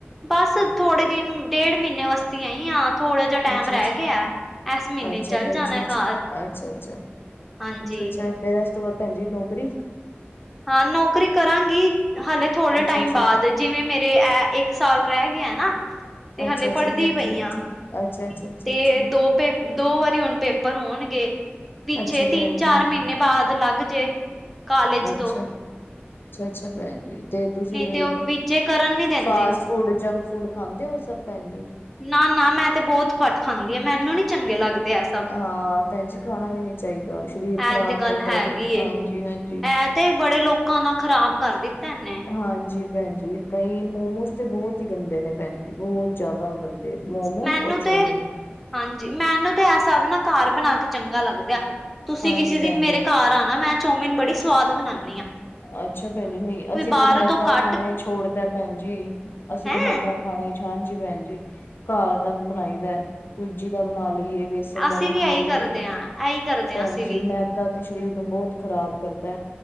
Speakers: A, in the centre; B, on the left.
A: ਬਸ ਥੋੜੇ ਦਿਨ, ਡੇਢ ਮਹੀਨੇ ਵਾਸਤੀ ਆਈਆਂ। ਥੋੜਾ ਜਿਹਾ ਟਾਈਮ
B: ਅੱਛਾ
A: ਰਹਿ
B: ਅੱਛਾ
A: ਗਿਆ, ਇਸ ਮਹੀਨੇ
B: ਅੱਛਾ
A: ਚੱਲ
B: ਭੈਣ
A: ਜਾਣਾ
B: ਜੀ ਅੱਛਾ
A: ਘਰ।
B: ਅੱਛਾ ਅੱਛਾ
A: ਹਾਂਜੀ
B: ਅੱਛਾ ਅੱਛਾ ਫੇਰ ਇਸ ਤੋਂ ਬਾਅਦ ਭੈਣ ਜੀ ਨੌਕਰੀ
A: ਹਾਂ ਨੌਕਰੀ ਕਰਾਂਗੀ ਹਲੇੇ ਥੋੜੇ
B: ਅੱਛਾ
A: ਟਾਈਮ
B: ਅੱਛਾ
A: ਬਾਅਦ ਜਿਵੇਂ ਮੇਰੇ ਇਹ ਇੱਕ ਸਾਲ ਰਹਿ ਗਏ ਨਾ ਤੇ
B: ਅੱਛਾ
A: ਹਲੇ
B: ਅੱਛਾ
A: ਪੜ੍ਹਦੀ
B: ਭੈਣ
A: ਪਈ
B: ਜੀ ਅੱਛਾ
A: ਆ
B: ਅੱਛਾ ਅੱਛਾ ਅੱਛਾ
A: ਤੇ
B: ਅੱਛਾ
A: ਦੋ ਤੇ ਦੋ ਵਾਰੀ ਹੁਣ ਪੇਪਰ ਹੋਣਗੇ ਪਿੱਛੇ
B: ਅੱਛਾ
A: ਤਿੰਨ
B: ਭੈਣ
A: ਚਾਰ
B: ਜੀ
A: ਮਹੀਨੇ ਬਾਅਦ ਲੱਗ ਜੇ ਕਾਲਜ ਤੋਂ
B: ਅੱਛਾ ਅੱਛਾ ਅੱਛਾ ਭੈਣ ਜੀ ਤੇ ਤੁਸੀਂ
A: ਨਹੀਂ ਤੇ ਉਹ ਵਿੱਚੇ ਕਰਨ ਨੀ ਦਿੰਦੇ
B: ਫਾਸਟ ਫੂਡ ਜੰਕ ਫੂਡ ਖਾਂਦੇ ਹੋ ਸਭ ਭੈਣ ਜੀ
A: ਨਾ ਨਾ ਮੈਂ ਤੇ ਬਹੁਤ ਘੱਟ ਖਾਂਦੀ ਹਾਂ ਮੈਨੂੰ ਨੀ ਚੰਗੇ ਲੱਗਦੇ ਐ ਸਭ
B: ਹਾਂ ਭੈਣ ਜ ਖਾਣਾ ਵੀ ਨੀ ਚਾਹੀਦਾ ਸਰੀਰ
A: ਐ
B: ਖ਼ਰਾਬ
A: ਤੇ ਗੱਲ
B: ਕਰਦਾ
A: ਹੈਗੀ
B: ਜੇ ਹਾਂਜੀ
A: ਏ
B: ਹਾਂਜੀ
A: ਐ ਤੇ ਬੜੇ ਲੋਕਾਂ ਨਾਲ ਖ਼ਰਾਬ ਕਰ ਦਿੱਤਾ ਨੇ
B: ਹਾਂਜੀ ਭੈਣ ਜੀ ਕਈ ਮੋਮੋਸ ਤੇ ਰੋਜ਼ ਹੀ ਗੰਦੇ ਨੇ ਭੈਣ ਜੀ ਬਹੁਤ ਜਿਆਦਾ ਗੰਦੇ ਮੋਮੋਸ
A: ਮੈਨੂੰ
B: ਔਰ ਚੋਮਿਨ
A: ਤੇ ਹਾਂਜੀ ਮੈਨੂੰ ਤੇ ਇਹ ਸਾਬ ਨਾ ਘਰ ਬਣਾ ਕੇ ਚੰਗਾ ਲੱਗਦਾ ਆ ਤੁਸੀਂ
B: ਹਾਂਜੀ
A: ਕਿਸੇ ਦਿਨ
B: ਭੈਣ
A: ਮੇਰੇ
B: ਜੀ
A: ਘਰ ਆ ਮੈਂ ਚੌਮਿਨ ਬੜੀ ਸਵਾਦ ਬਣਾਉਦੀ
B: ਅੱਛਾ ਭੈਣ ਜੀ ਨਹੀਂ ਅਸੀਂ
A: ਬਾਹਰ
B: ਤੇ ਮੈਦਾ
A: ਤੋਂ ਘੱਟ
B: ਖਾਣਾ ਹੀ ਛੋੜਤਾ ਭੈਣ ਜੀ ਅਸੀਂ
A: ਹੈਂ
B: ਤੇ ਮੈਦਾ ਖਾਣੇ ਚ ਹਾਂਜੀ ਭੈਣ ਜੀ ਘਰ ਦਾ ਬਣਾਈ ਦਾ ਸੂਜੀ ਦਾ ਬਣਾ ਲਈਏ ਬੇਸਨ ਦਾ
A: ਅਸੀਂ
B: ਬਣਾ
A: ਵੀ
B: ਲਈਏ।
A: ਇਹੀ ਕਰਦੇ ਆ ਇਹੀ ਕਰਦੇ
B: ਭੈਣ
A: ਆ ਅਸੀਂ
B: ਜੀ,
A: ਵੀ
B: ਮੈਦਾ ਤੇ ਸਰੀਰ ਨੂੰ ਬਹੁਤ ਖ਼ਰਾਬ ਕਰਦਾ।